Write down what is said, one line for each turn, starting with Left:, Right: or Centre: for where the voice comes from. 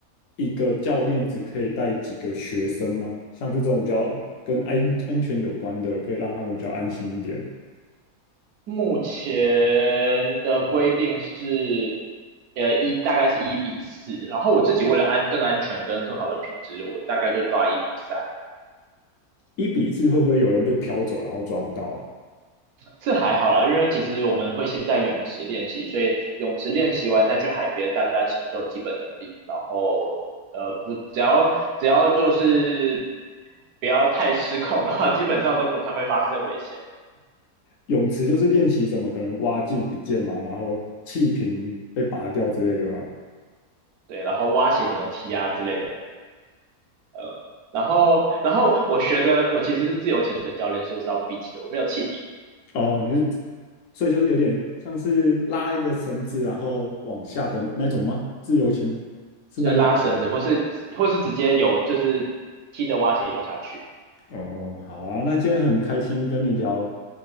Left: 一个教练只可以带几个学生吗？像是这种比较跟安安全有关的，可以让他们比较安心一点。
Right: 目前的规定是，呃，一大概是一比四，然后我自己为了安更安全跟更好的品质，我大概就抓一比三，
Left: 一比四会不会有人被飘走，然后抓不到啊？
Right: 是还好啦，因为其实我们会先在泳池练习，所以泳池练习完再去海边，大家其实都有基本能力，然后呃不只要只要就是不要太失控的话，基本上都不太会发生危险。
Left: 泳池就是练习什么，可能蛙镜不见嘛，然后气瓶被拔掉之类的吗？
Right: 对，然后蛙鞋怎么踢啊之类的。呃，然后然后我学的我其实是自由潜水教练，所以是要闭气的，我没有气瓶，
Left: 哦，你是指，所以就是有点像是拉一个绳子，然后往下的那种吗？自由潜是那一种。
Right: 就是拉绳子或是或是直接游，就是踢着蛙鞋游下去。
Left: 哦，好啊，那今天很开心跟你聊，